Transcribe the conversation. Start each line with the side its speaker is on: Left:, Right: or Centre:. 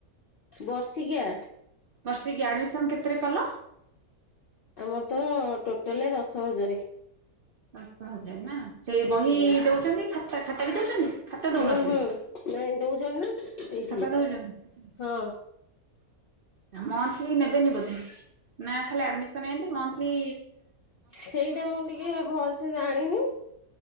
Left: ବର୍ଷକିଆ।
Right: ବର୍ଷିକି ଆଡମିସନ କେତେରେ କଲ
Left: ଆମର ତ ଟୋଟାଲେ ଦଶ ହଜାର।
Right: ଦଶ ହଜାର ନା ସେ ବହି
Left: ହୁଁ
Right: ଦଉଛନ୍ତି ଖାତା ଖାତା ବି ଦଉଛନ୍ତି। ଖାତା ଦଉନଥିବେ
Left: ହୁଁ ହୁଁ ନାଇଁ ଦଉଛନ୍ତି ନା। ଦେଇଥିଲେ
Right: ଖାତା ଦଉଛନ୍ତି
Left: ହଁ
Right: ଆଉ ମନ୍ଥଲି ନେବେନି ବୋଧେ? ନା ଖାଲି ଆଡମିସନ ଏନ୍ତି ମନ୍ଥଲୀ
Left: ସେଇଟା ମୁଁ ଟିକେ ଭଲ ସେ ଜାଣିନି